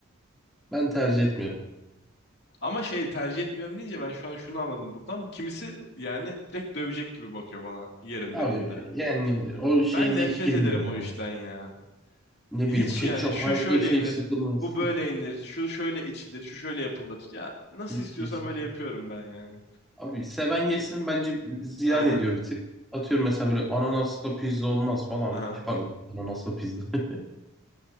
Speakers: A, in the centre; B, on the left.
A: Ben tercih etmiyorum.
B: Ama şey tercih etmiyorum deyince ben şu an şunu anladım buradan. Kimisi yani direkt dövecek gibi bakıyor bana yerim
A: Abi
B: dediğinde.
A: yani o şeye
B: Ben
A: de
B: nefret
A: hiç girmiyorum
B: ederim o
A: ya.
B: işten ya.
A: Ne
B: Hiç
A: bileyim ketçap
B: yani şu
A: hayatta
B: şöyle
A: şey
B: yenir,
A: sıkılmaz.
B: bu böyle yenir, şu şöyle içilir, şu şöyle yapılır. Ya nasıl
A: Hiç,
B: istiyorsam
A: hiç, hiç.
B: öyle yapıyorum ben yani.
A: Abi seven yesin bence ziyan
B: Aynen.
A: ediyor bir tık. Atıyorum mesela böyle ananaslı pizza olmaz falan.
B: Aha.
A: böyle. Pardon ananaslı pizza. <laughs>